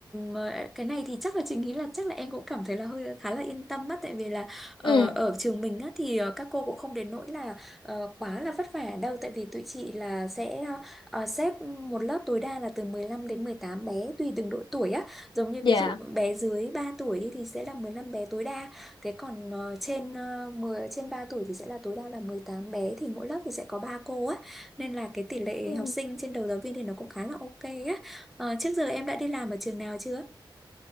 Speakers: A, in the centre; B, on the left.
A: mà cái này thì chắc là chị nghĩ là chắc là em cũng cảm thấy là hơi khá là yên tâm á tại vì là ờ,
B: ừ
A: ở trường mình á thì ờ, các cô cũng không đến nỗi là ờ, quá là vất vả đâu tại vì tụi chị là sẽ ờ, xếp một lớp tối đa là từ 15 đến 18 bé tùy từng độ tuổi á giống như
B: dạ
A: ví dụ bé dưới 3 tuổi đi thì sẽ là 15 bé tối đa thế còn ờ, trên uh, 10 trên 3 tuổi thì sẽ là tối đa là 18 bé thì mỗi lớp thì sẽ có 3 cô á nên là cái tỷ lệ
B: ừ
A: học sinh trên đầu giáo viên thì nó cũng khá là ok á Ờ, trước giờ em đã đi làm ở trường nào chưa?